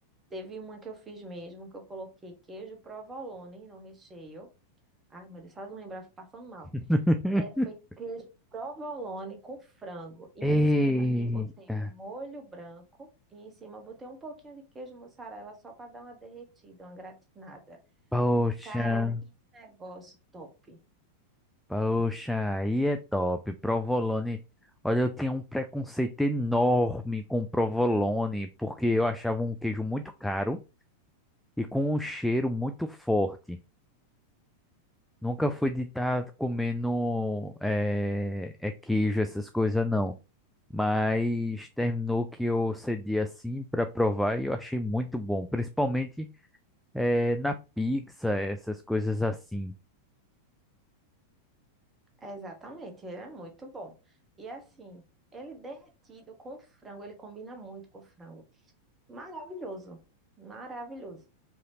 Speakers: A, on the right (about 20°); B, in the centre.
A: Teve uma que eu fiz mesmo, que eu coloquei queijo provolone no recheio. Ai, meu Deus, só eu lembrar, eu fico passando mal.
B: <laughs>
A: É, foi queijo provolone com frango. E em
B: Eita,
A: cima, e botei um molho branco. E em cima, eu botei um pouquinho de queijo mussarela só para dar uma derretida, uma gratinada.
B: poxa.
A: Cara, que negócio top.
B: Poxa, aí é top. Provolone. Olha, eu tinha um preconceito enorme com provolone, porque eu achava um queijo muito caro e com um cheiro muito forte. Nunca fui de estar comendo é, é queijo, essas coisas, não. Mas terminou que eu cedi assim para provar e eu achei muito bom, principalmente é, na pizza, essas coisas assim.
A: É, exatamente, ele é muito bom. E assim, ele derretido com frango, ele combina muito com frango. Maravilhoso, maravilhoso.